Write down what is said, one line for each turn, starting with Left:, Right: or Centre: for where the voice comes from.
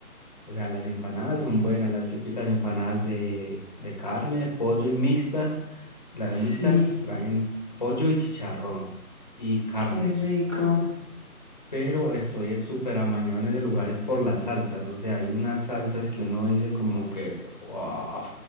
Left: O sea, las empanadas son buenas, las típicas empanadas de, de carne, pollo y mixtas. Las
Centre: Sí,
Left: mixtas traen pollo y chicharrón y carne.
Centre: qué rico.
Left: Pero estoy eh, súper amañado en ese lugar es por las salsas. O sea, hay unas salsas que uno dice como que, wow.